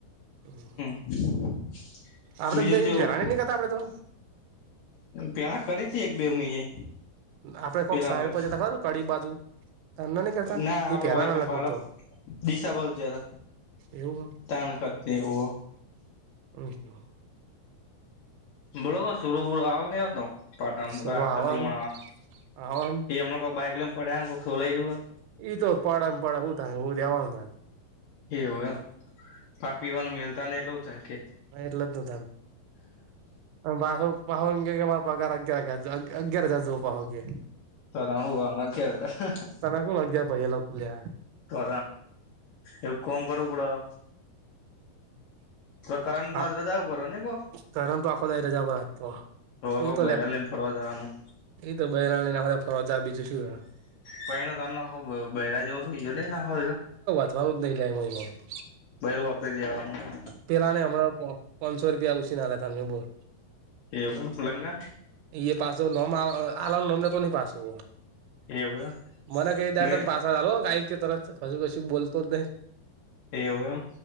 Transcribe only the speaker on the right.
હમ.
આપડે
બધા
એની પેલાની નહીંતા આપડે તો.
આપડે કોઈક
સાઈડ પર જતા ખબર કડી બાજુ તમને નઈ કરતા
એ પેલાના
લગભગ
તો
એવું
હમ.
સુરો આવન આવન
એ તો પાડ પડું ત ઉ તો એવાનું ત.
હ એટલા તો તમ. ભ પહ કે મારા પગાર અગિયાર અગિયાર જા જવું પહો કે.
તને કોણ અગિયાર પૈયા લઉ લ્યા
હા
કરન તો આખો દાડી રજા પર હતો
એ
તો
લે
એ તો બહેરાણી નાખ ફરજ આવે બીજું. શું
<inaudible> <unintelligible>
પેલા ને હમણાં પાંચસો રૂપિયા ઉછી ના લેતા બોલ.
એ પાસ હો નોમ આલ નોમ તો નની પાસ હો.
મને કઈ દાડ
તન પાસા જાલ કઈ કે ત હજુ કશ બોતો જ નહી.